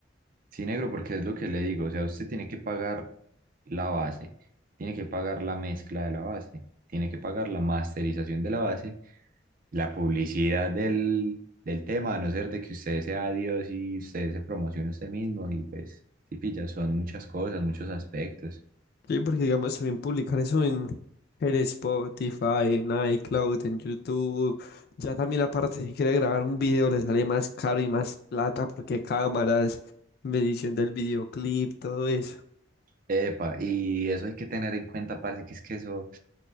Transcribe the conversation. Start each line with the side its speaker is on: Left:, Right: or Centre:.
Right: Sí, negro, porque es lo que le digo, o sea, usted tiene que pagar la base, tiene que pagar la mezcla de la base, tiene que pagar la masterización de la base, la publicidad del, del tema, a no ser de que usted sea Dios y usted se promocione usted mismo y pues, sí, pilla, son muchas cosas, muchos aspectos.
Left: Sí, porque digamos también publicar eso en, en Spotify, en iCloud, en YouTube, ya también aparte si quiere grabar un video le sale más caro y más plata porque cámaras, medición del videoclip, todo eso,
Right: Epa, y eso hay que tener en cuenta, parce, que es que eso,